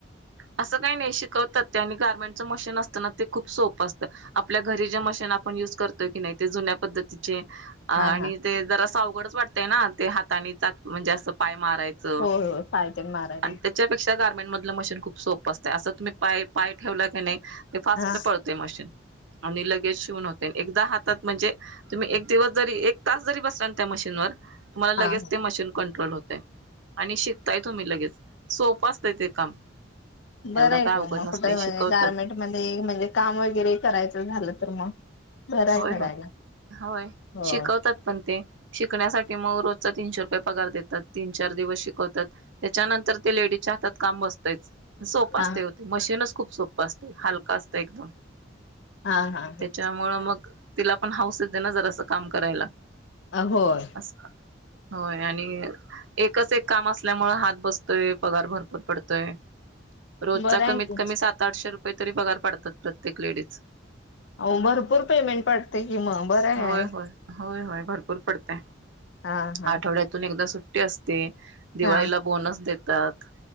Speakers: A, on the right (about 75°); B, on the left (about 65°).
A: असं काही नाही शिकवतात ते आणि गार्मेंटचं मशीन असताना ते खूप सोपं असतं आपल्या घरी जे मशीन आपण युज करतोय की नाही ते जुन्या पद्धती. आणिते
B: हा हा
A: जरासे बरच वाटतय ना ते हाता नी चा म्हणजे अस पाय मारायच,
B: होय होय पायतेन मारायला
A: आणि त्याच्या पेक्षा त्या गारमेंट मधलं मशीन खूप सोप असतय, असं तुम्ही पाय पाय ठेवला की नाही ते फास्ट
B: हा
A: पळतय मशीन. आणि लगेच शिवून होते. एकदा हातात म्हणजे तुम्ही एक दिवस जरी एक तास जरी बसला त्या मशीनवर तुम्हाला
B: हा
A: लगेच ते मशीन कंट्रोल होतय, आणि शिकताय तुम्ही लगेच, सोपं असता ते काम.
B: बरंय
A: एवढं काय
B: की
A: अवघड
B: वो मग,
A: नसतंय
B: कुठ
A: शिकवतात
B: गार्मेंट मध्ये म्हणजे काम वगैरे करायचं झालं तर मग बरं आहे
A: होय
B: करायला
A: होय होय
B: हो
A: शिकवतात पण ते. शिकण्यासाठी मग रोजचा तीनशे रुपये पगार देतात, तीन चार दिवस शिकवतात, त्याच्यानंतर ते लेडीजच्या हातात काम बसतच. सोप असतय
B: हा
A: वो ते मशीनच खूप सोपं असतय हालक असतय एकदम.
B: हा, हा,
A: त्याच्यामुळं
B: हा.
A: मग तिला पण हाऊस येथे ना जरासं काम करायला.
B: आ होय.
A: असं होय आणि एकच एक काम असल्यामुळे हात बसतोय, पगार भरपुर पडतोय, रोजचा
B: बरं आहे
A: कमीत
B: की
A: कमी सात आठशे रुपय तरी पगार पाडतात प्रत्येक लेडीज.
B: अहो भरपूर पेमेंट पडते कि मग, बरं
A: होय
B: आहे.
A: होय होय, होय भरपूर पडतय.
B: हा हा
A: आठवड्यातून एकदा सुट असते. दिवाळीला
B: हा
A: बोनस देत त्यात.